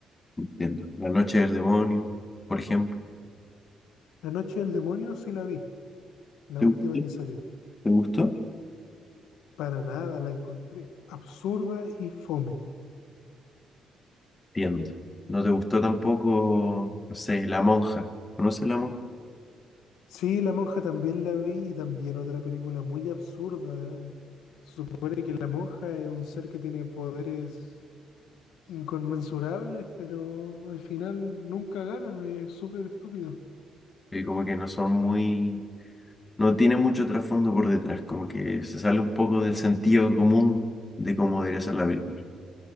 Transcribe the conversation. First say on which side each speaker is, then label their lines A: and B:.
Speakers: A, on the left (about 25°); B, on the left (about 90°).
A: Entiendo. La Noche del Demonio, por ejemplo.
B: La Noche del Demonio sí la vi, la
A: ¿Te
B: última
A: gustó?
B: que salió.
A: ¿Te gustó?
B: Para nada, la encontré absurda y fome.
A: Entiendo. ¿No te gustó tampoco, no sé, La Monja? ¿Conoces La Monja?
B: Sí, La Monja también la vi y también otra película muy absurda. ¿eh? Se supone que la monja es un ser que tiene poderes inconmensurables, pero al final nunca gana, es súper estúpido.
A: Que como que no son muy... No tiene mucho trasfondo por detrás, como que se sale un poco del sentido común de cómo debería ser la película.